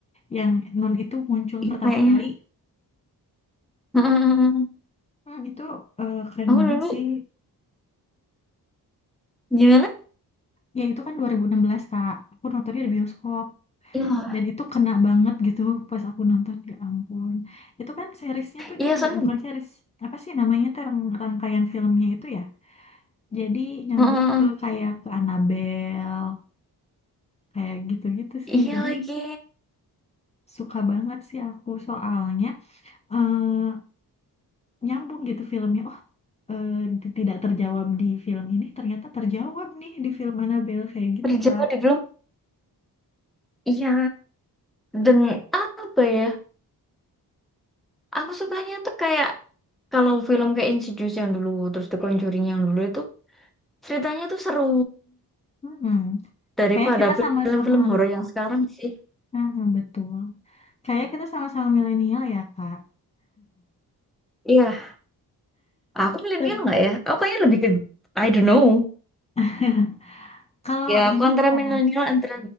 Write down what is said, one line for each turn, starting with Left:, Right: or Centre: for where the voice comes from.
Left: yang Nun itu muncul
Centre: iya
Left: pertama
Centre: kayaknya.
Left: kali
Centre: <laughs> Hmm,
Left: Hmm, itu eh, keren
Centre: aku
Left: banget
Centre: dulu
Left: sih
Centre: gimana?
Left: Ya itu kan 2016 Kak. Aku nontonnya di bioskop.
Centre: Iya,
Left: Dan itu kena banget gitu pas aku nonton. Ya ampun. Itu kan seriesnya tuh
Centre: iya
Left: jadi,
Centre: soalnya,
Left: eh, bukan series. Apa sih namanya tuh rang- rangkaian filmnya itu ya. Jadi nyambung
Centre: hmm,
Left: ke kayak ke Annabelle. Kayak gitu-gitu sih.
Centre: iya
Left: Jadi
Centre: lagi.
Left: suka banget sih aku soalnya eh, nyambung gitu filmnya. Oh eh, di- tidak terjawab di film ini ternyata terjawab nih di film Annabelle kayak gitu
Centre: Berjawa
Left: Kak.
Centre: di belum. Iya, dan apa ya? Aku sukanya tuh kayak kalau film kayak Insidious yang dulu, terus The Conjuring yang dulu itu Ceritanya tuh seru
Left: Hmm.
Centre: daripada
Left: Kayaknya kita sama-sama
Centre: film-film horor yang sekarang sih.
Left: Ah, betul. Kayaknya kita sama-sama milenial ya, Kak.
Centre: Iya, aku milenial
Left: Nah,
Centre: nggak ya? Aku kayaknya lebih ke, I don't know.
Left: <laughs> Kalau
Centre: Ya, aku
Left: ini
Centre: antara
Left: Kak,
Centre: milenial antara